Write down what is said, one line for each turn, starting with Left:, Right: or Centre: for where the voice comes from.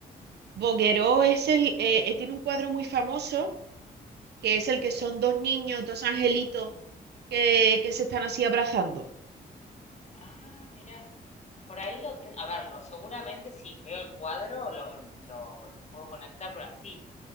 Right: Bouguereau es el, eh, eh, tiene un cuadro muy famoso, que es el que son dos niños, dos angelitos que, que se están así abrazando.
Left: Ah, mira, por ahí lo tengo, a ver, lo- seguramente si veo el cuadro lo, lo- lo puedo conectar, pero así,